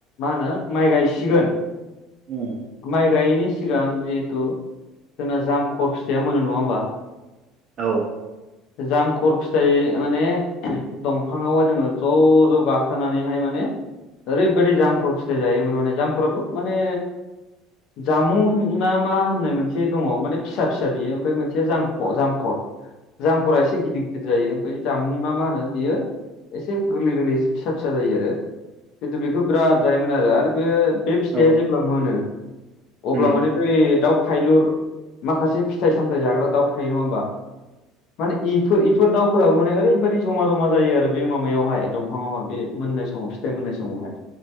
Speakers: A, on the left; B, on the right.
A: मा होनो माइ गायसिगोन
B: <unintelligible>
A: माइ गायैनि सिगां जिहेथु जोंना जामखर फिथाइया मोनो नङा होमबा
B: औ
A: जामखर फिथाइ माने दंफाङावहाय जोङो ज ज गाखोनानैहाय माने ओरैबायाददि जाम्प फिथायाइ जायोमोन माने जाम्फथ माने जामुं ना मा होननाय मोनसे दङ माने फिसा फिसा बियो ओमफ्राय मोनसे जामख जामखर जाम खरा एसे गिदिर गिदिर जायो ओमफ्राय जामुं ना मा होनो बियो एसे गोरलै गोरलै फिसा फिसा जायो आरो खिन्थु बेखौ बिराद जायोमोन आरो आरो बे बे फिथाइया
B: औ
A: जेब्ला मोनो अब्ला
B: उम
A: माने बै दाउ फायलुर माखासे फिथाइ सामथायाइ जाग्रा दाउ थायो नङा होमबा माने इफोर इफोर दाउफोराबो माने ओरैबायदि जमा जमा जायो आरो बे माबायावहाय दंफाङावा बे मोननाय सम समाव फिथाय मोननाय समावहाय